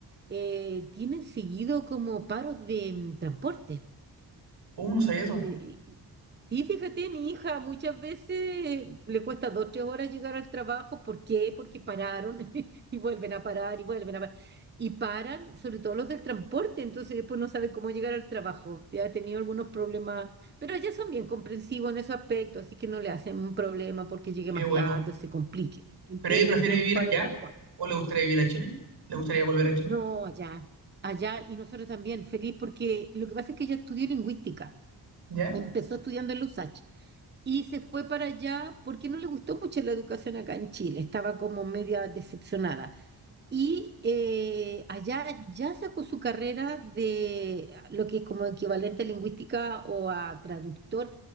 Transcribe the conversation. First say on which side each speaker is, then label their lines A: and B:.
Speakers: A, on the right; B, on the right.
A: eh, tienen seguido como paros de mm, transporte.
B: Oh, no sabía eso.
A: Eh, y- sí, fíjate, mi hija muchas veces le cuesta dos, tres horas llegar al trabajo. ¿Por qué? Porque pararon <laughs> y vuelven a parar y vuelven a parar. Y paran, sobre todo los del transporte, entonces después no sabe cómo llegar al trabajo. Ya ha tenido algunos problemas, pero ya son bien comprensivos en ese aspecto, así que no le hacen un problema porque llegue
B: Qué
A: más
B: bueno.
A: tarde o se complique. Entienden
B: ¿Pero ella prefiere
A: que es
B: vivir
A: un paro
B: allá?
A: de transporte.
B: ¿O le gustaría vivir a Chile? ¿Le gustaría volver a Chile?
A: No, allá, allá, y nosotros también, feliz, porque lo que pasa es que ella estudió lingüística.
B: ¿Ya?
A: Empezó estudiando en la USACH y se fue para allá porque no le gustó mucho la educación acá en Chile, estaba como media decepcionada. Y eh, allá ya sacó su carrera de lo que es como equivalente a lingüística o a traductor,